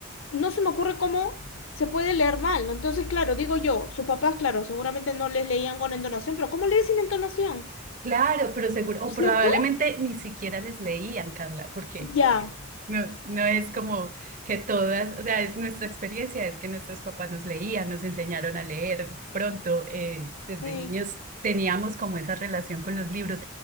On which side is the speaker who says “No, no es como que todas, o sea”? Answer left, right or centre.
Right